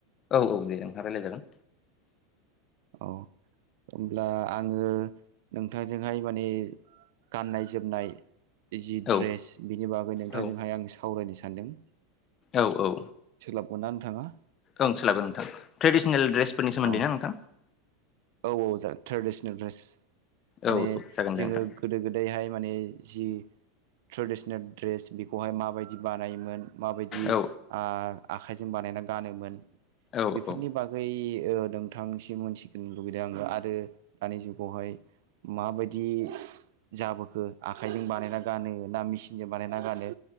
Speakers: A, on the left; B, on the right.
A: औ औ दे नोंथां रायलायजागोन
B: औ होमब्ला आङो नोंथांजोंहाय माने गाननाय जोमनाय जि
A: औ
B: द्रेस बिनि बागै नोंथांजोंहाय
A: औ
B: आं सावरायनो सानदों
A: औ औ
B: सोलाबगोन ना नोंथांङा
A: ओं सोलाबगोन नोंथां ट्रेडिसनेल ड्रेसफोरनि सोमोन्दै
B: अ
A: ना नोंथां।
B: औ जा ट्रेडिसनेल ड्रेस माने
A: औ औ जागोन
B: जोङो
A: दे नोंथां
B: गोदो-गोदायहाय माने जि ट्रेडिसनेल दड्रेस बेखौहाय माबायदि बानायोमोन माबायदि
A: औ
B: आ-आखाइजों बानायना गानोमोन
A: औ
B: बेफोरनि बागै ओ नोंथांसि मिथिनो लुुबैदों आङो आरो दानि जुगावहाय माबायदि जाबोखो आखाइजों बानायना गानो ना मेसिनजों बानायना गानो